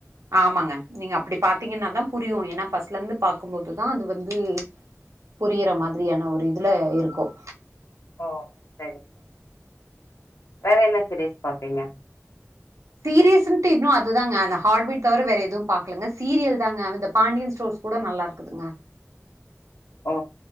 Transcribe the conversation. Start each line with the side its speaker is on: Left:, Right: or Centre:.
Right: ஆமாங்க நீங்க அப்படி பாத்தீங்கன்னா தான் புரியும் ஏன்னா பஸ்ட்ல இருந்து பார்க்கும்போதுதான் அது வந்து புரியற மாதிரியான ஒரு இதுல இருக்கும்
Left: ஓ சரி ச வேற என்ன சீரியிஸ் பாப்பீங்க
Right: சீரியஸ்ன்ட்டு இன்னும் அதுதாங்க அந்த ஹார்ட்பீட் தவிர வேற எதுவும் பாக்கலங்க சீரியல் தாங்க இந்த பாண்டியன் ஸ்டோர்ஸ் கூட நல்லா இருக்குதுங்க
Left: ஓ